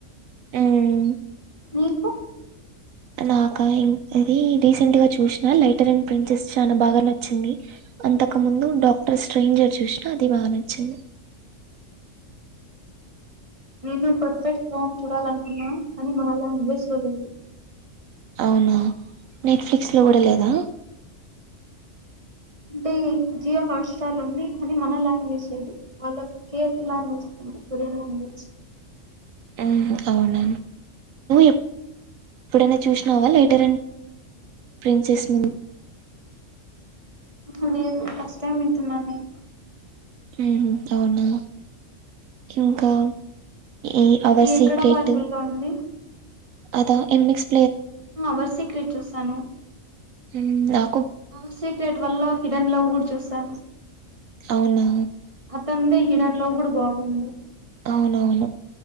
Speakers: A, on the right; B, on the right.
A: మ్మ్
B: నీకు
A: నాకా ఇం ఇది రీసెంట్ గా చూసిన లైటర్ అండ్ ప్రిన్సెస్ చాలా బాగా నచ్చింది అంతకు ముందు డాక్టర్ స్ట్రేంజర్ చూసినా అది బా నచ్చింది
B: నేను పర్ఫెక్ట్ం చూడాలనుకున్నా కానీ మన లాంగ్వేజ్ లో లేదు
A: అవునా నెట్ఫ్లిక్స్ లో కూడా లేదా
B: అంటే జియో హాట్స్టార్ల్ ఉంది కానీ మన లాంగ్వేజ్ లేదు వాళ్ళ కే లాంగ్వేజ్ ఉంది కొరియన్ లాంగ్వేజ్
A: ఆహా అవునా ఎప్పుడైనా చూసినావా లేటర్ అండ్ ప్రిన్సెస్ ముందు
B: అహ లేదు ఫస్ట్ టైం వింటున్నా నేను
A: ఊహూ అవునా ఇంకా ఈ అవర్
B: అది
A: సీక్రెటింగ్
B: ఎక్కడ అవైలబుల్ గా ఉంది
A: అదా ఎం ఎక్స్
B: అవర్ సీక్రెట్ చూసాను
A: హ్మ్ ఆ
B: అవర్ సీక్రేట్ వల్ల హిడెన్ లవ్ కూడా చూసాను
A: అవునా
B: తందే హిడెన్ లవ్ కూడా బాగుంది
A: అవునవును